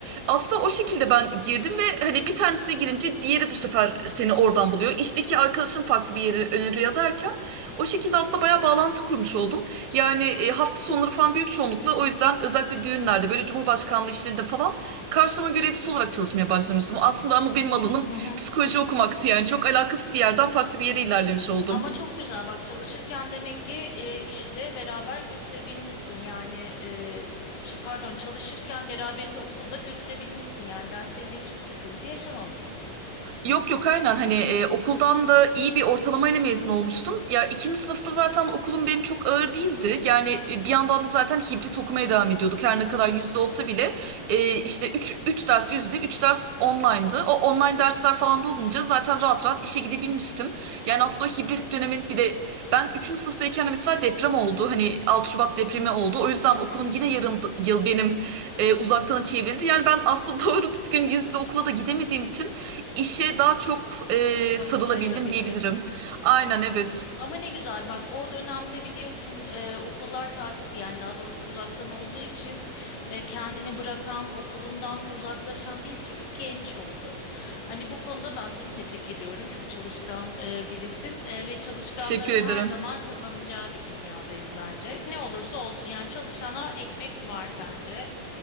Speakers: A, on the right; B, on the left.
A: Aslında o şekilde ben girdim ve hani bir tanesine girince diğeri bu sefer seni oradan buluyor. İşteki arkadaşın farklı bir yeri öneriyor derken o şekilde aslında bayağı bağlantı kurmuş oldum. Yani e, hafta sonları falan büyük çoğunlukla o yüzden özellikle düğünlerde böyle Cumhurbaşkanlığı işlerinde falan karşılama görevlisi olarak çalışmaya başlamıştım. Aslında ama benim alanım
B: hı hı.
A: psikoloji okumaktı yani çok alakasız bir yerden farklı bir yere ilerlemiş oldum.
B: Ama çok güzel bak çalışırken demek ki e, işi de beraber götürebilmişsin yani e, şey, pardon çalışırken beraberinde okulu da götürebilmişsin yani derslerinde hiçbir sıkıntı yaşamamışsın.
A: Yok yok aynen hani e, okuldan da iyi bir ortalamayla mezun olmuştum. Ya ikinci sınıfta zaten okulum benim çok ağır değildi. Yani e, bir yandan da zaten hibrit okumaya devam ediyorduk. Her ne
B: Hı
A: kadar
B: hı.
A: yüzde olsa bile e, işte üç üç ders yüzde, 3 ders online'dı. O online dersler falan da olunca zaten rahat rahat işe gidebilmiştim. Yani aslında o hibrit dönemin bir de ben üçüncü sınıftayken de mesela deprem oldu. Hani 6 Şubat depremi oldu. O yüzden
B: Hmm.
A: okulum yine yarım d- yıl benim e, uzaktan çevrildi. Yani ben aslında <laughs> doğru düzgün yüz yüze okula da gidemediğim için İşe daha çok e,
B: Vakit
A: sarılabildim
B: ayırabildin.
A: diyebilirim. Aynen evet.
B: Ama ne güzel bak o dönemde biliyorsun e, okullar tatil yani daha doğrusu uzaktan olduğu için e, kendini bırakan okulundan uzaklaşan bir sürü genç oldu. Hani bu konuda ben seni tebrik ediyorum. Çok çalışkan e, birisin e, ve çalışkanların
A: Teşekkür ederim.
B: her zaman kazanacağı bir dünyadayız bence. Ne olursa olsun yani çalışana ekmek var bence.